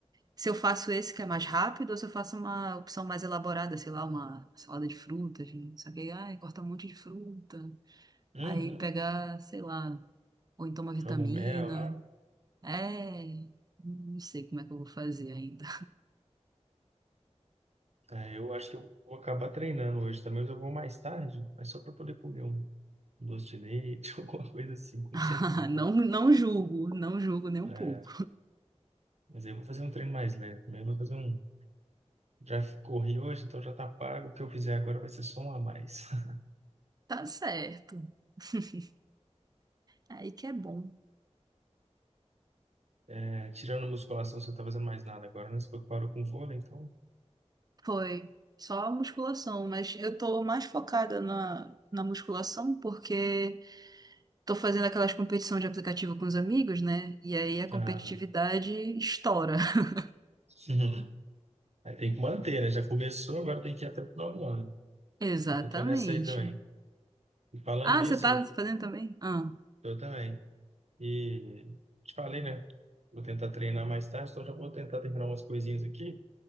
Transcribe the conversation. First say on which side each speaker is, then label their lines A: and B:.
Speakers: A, on the right; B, on the right.
A: se eu faço esse que é mais rápido ou se eu faço uma opção mais elaborada, sei lá, uma salada de frutas, né? Só que aí, ai, corta um monte de fruta.
B: Uhum.
A: Aí pegar, sei lá, ou então uma vitamina.
B: Jogo um mel, né?
A: É, não sei como é que eu vou fazer ainda.
B: É, eu acho que eu vou acabar treinando hoje também, mas eu vou mais tarde, mas só pra poder comer um doce de leite, <laughs> alguma coisa assim, com
A: <laughs>
B: sem culpa.
A: Não, não julgo, não julgo nem um
B: É,
A: pouco.
B: Mas aí eu vou fazer um treino mais leve, né? Eu vou fazer um. Já corri hoje, então já tá pago. O que eu fizer agora vai ser só um a mais. <laughs>
A: Tá certo. <laughs> Aí que é bom.
B: É, tirando musculação, você não tá fazendo mais nada agora, né? Você falou que parou com vôlei, então.
A: Foi só a musculação, mas eu tô mais focada na, na musculação porque tô fazendo aquelas competições de aplicativo com os amigos, né? E aí a competitividade
B: Ah,
A: estoura. <laughs>
B: <laughs> aí tem que manter, né? Já começou, agora tem que ir até o final do ano.
A: Exatamente.
B: Eu tô nessa aí também. E falando
A: Ah,
B: nisso,
A: você tá
B: eu,
A: fazendo também? Ah,
B: eu também. E te falei, né? Vou tentar treinar mais tarde, então já vou tentar terminar umas coisinhas aqui.